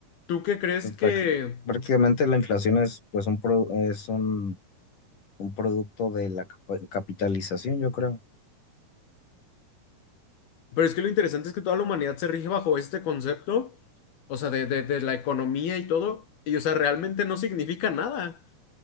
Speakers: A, on the left; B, on the left.
A: ¿tú qué crees que...?
B: Práct- Prácticamente la inflación es pues un pro- es un un producto de la capa- capitalización, yo creo.
A: Pero es que lo interesante es que toda la humanidad se rige bajo este concepto. o sea, de, de, de la economía y todo, y o sea, realmente no significa nada.